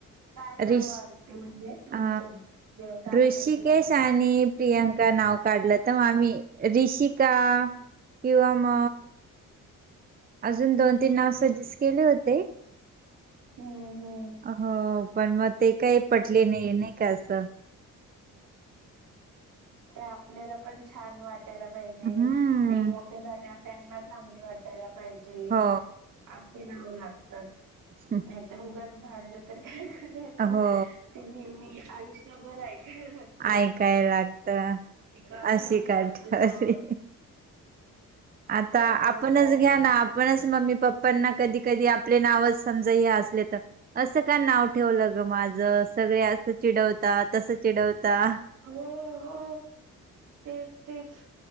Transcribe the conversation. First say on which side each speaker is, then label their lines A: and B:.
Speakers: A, on the right; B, on the right.
A: काय नाव
B: रीश
A: आली ते म्हणजे तुमचं
B: आ
A: जेव्हा काढलं
B: ऋषिकेश
A: तेव्हा
B: आणि प्रियांका नाव काढलं तर म आम्ही रिषिका किंवा म अजून दोन तीन नाव सजेस्ट केले होते.
A: हम्म हम्म.
B: हो पण मग ते काय पटले नाय, नाय का असं.
A: त्या आपल्याला पण छान वाटायला पाहिजे
B: हम्म
A: ते मोठे झाल्यावर त्यांना चांगली वाट त्याला पाहिजे
B: हो
A: अशी नाव लागतात.
B: <inaudible>
A: तर ऊगाच भांडलं तर काय करायचं
B: हो
A: ते नेहमी आयुष्यभर ऐकायला लागत.
B: ऐकाय लागत
A: का
B: अशी
A: ठेवली
B: का
A: आमची
B: ठेवली.
A: नाव
B: आता
A: त्यामुळं
B: आपणच
A: काय
B: घ्या ना पणच मम्मी पप्पांना कधी कधी आपले नावच समजा हे असले तर असं का नाव ठेवलं ग माझं? सगळे असं चिडवता तस चिडवता.
A: हो हो तेच तेच